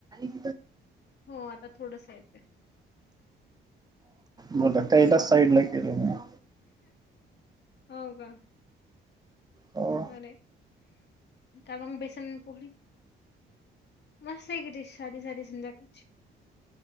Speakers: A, on the right (about 20°); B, on the left (about 60°).
A: <inaudible>
B: हो आता थोडस येतोय
A: बरं,
B: हम्म
A: साईड ला केलेले मग.
B: हो का?
A: हो
B: वे, कारवा बेसेण पुोढळी. मस्त आहे की डिश साधी साधी समजा <unintelligible>